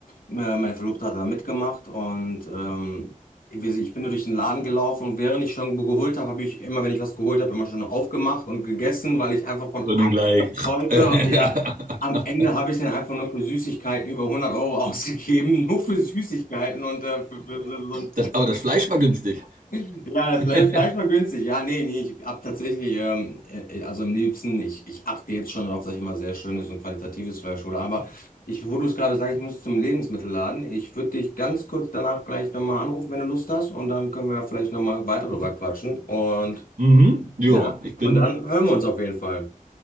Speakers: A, on the left; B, on the right.
A: Äh, Meine Verlobte hat da mitgemacht und ähm, wir- ich bin nur durch den Laden gelaufen und während ich schon geholt habe, habe ich immer, wenn ich was geholt habe, immer schon aufgemacht und gegessen, weil ich einfach von
B: Und dann gleich.
A: wollte.
B: <laughs>
A: Ja, am Ende habe ich dann einfach nur für Süßigkeiten über hundert Euro ausgegeben, <laughs> nur für Süßigkeiten und äh, für, für, für so
B: Das, aber das Fleisch war günstig.
A: ja, das Fleisch,
B: <laughs>
A: Fleisch war günstig. Ja, nee, nee, ich habe tatsächlich, ähm, äh, also am liebsten, ich, ich achte jetzt schon darauf, dass ich immer sehr schönes und qualitatives Fleisch hole, aber ich, wo du es gerade sagst, ich muss zum Lebensmittelladen. Ich würde dich ganz kurz danach gleich nochmal anrufen, wenn du Lust hast und dann können wir ja vielleicht nochmal weiter drüber quatschen und
B: Mhm. Ja,
A: ja,
B: ich bin,
A: und dann hören wir uns auf jeden Fall.